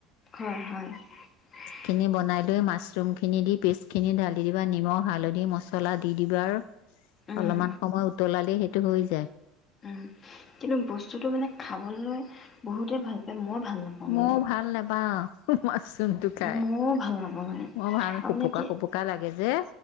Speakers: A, on the left; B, on the left.
A: হয় হয় <unintelligible>
B: খিনি বনাই মাছৰুমখিনি দি পেষ্টখিনি ঢালি দিবা নিমখ হালধি মছলা দি দিবা আৰু
A: উম,
B: অলপমান সময় উতলালেই সেইটো হৈ যায়
A: উম, কিন্তু বস্তুতটো মানে খাবলৈ বহুতে ভাল পায় মই ভাল নাপাওঁ
B: মই
A: মানে
B: ভাল নাপাওঁ বছ <unintelligible> জোনটো খাই
A: ময়ো ভাল নাপাওঁ মানে
B: মই ভাল
A: আৰু
B: সোপকা
A: মানে কি
B: সোপকা লাগে যে